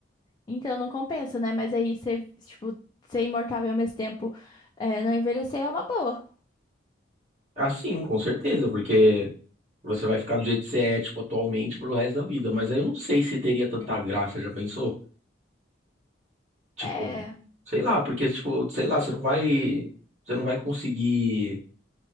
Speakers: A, on the left; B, on the right.
A: Então não compensa, né? Mas aí ser, tipo, ser imortal e ao mesmo tempo é, não envelhecer é uma boa.
B: Assim, com certeza, porque você vai ficar do jeito que você é, tipo, atualmente pro resto da vida. Mas aí eu não sei se teria tanta graça, já pensou? Tipo,
A: É,
B: sei lá, porque, tipo, sei lá, você não vai, você não vai conseguir,